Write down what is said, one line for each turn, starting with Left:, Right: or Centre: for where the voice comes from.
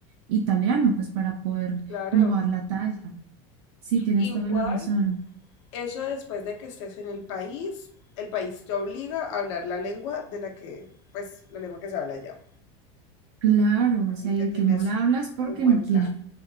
Right: italiano, pues para poder
Left: Claro.
Right: como dar la talla. Sí, tienes
Left: Igual.
Right: toda la razón.
Left: Eso después de que estés en el país, el país te obliga a hablar la lengua de la que, pues, la lengua que se habla allá.
Right: Claro,
Left: Así
Right: o sea,
Left: que
Right: y el
Left: tienes
Right: que no la habla es porque
Left: un buen
Right: no quiere.
Left: plan.